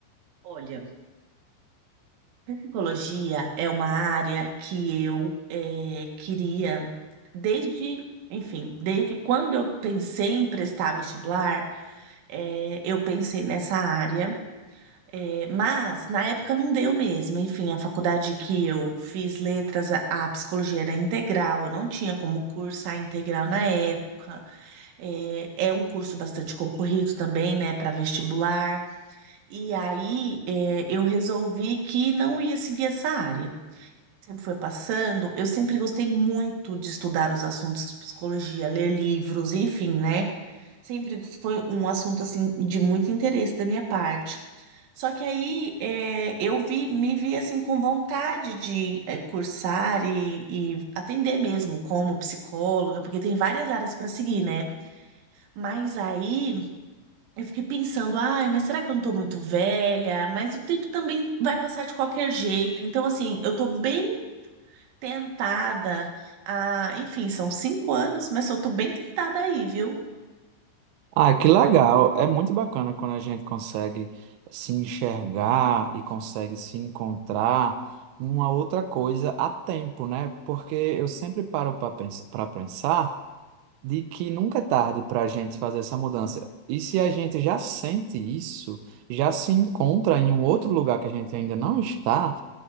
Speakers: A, on the right; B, on the right.
A: Olha, Psicologia é uma área que eu eh, queria desde, enfim, desde quando eu pensei em prestar vestibular, eh, eu pensei nessa área. É, mas na época não deu mesmo. Enfim, a faculdade que eu fiz letras, a, a psicologia era integral, eu não tinha como cursar integral na época. É, é um curso bastante concorrido também, né, para vestibular. E aí é, eu resolvi que não ia seguir essa área. Sempre foi passando, eu sempre gostei muito de estudar os assuntos de psicologia, ler livros, enfim, né? Sempre foi um assunto assim de muito interesse da minha parte. Só que aí é, eu vi, me vi assim com vontade de é, cursar e, e atender mesmo como psicóloga, porque tem várias áreas para seguir, né? Mas aí eu fiquei pensando, ai, mas será que eu não tô muito velha? Mas o tempo também vai passar de qualquer jeito. Então, assim, eu tô bem tentada a, enfim, são cinco anos, mas eu tô bem tentada aí, viu?
B: Ah, que legal! É muito bacana quando a gente consegue se enxergar e consegue se encontrar em uma outra coisa a tempo, né? Porque eu sempre paro para pensar, para pensar de que nunca é tarde para a gente fazer essa mudança. E se a gente já sente isso, já se encontra em um outro lugar que a gente ainda não está.